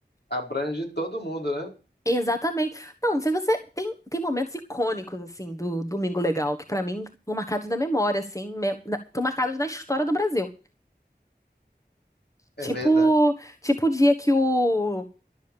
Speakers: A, on the left (about 70°); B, on the left (about 20°).
A: Abrange todo mundo, né?
B: Exatamente. Não, não sei se você tem, tem momentos icônicos assim do Domingo Legal que pra mim estão marcados na memória assim, me- na- estão marcados na história do Brasil. Tipo,
A: É verdade.
B: tipo o dia que o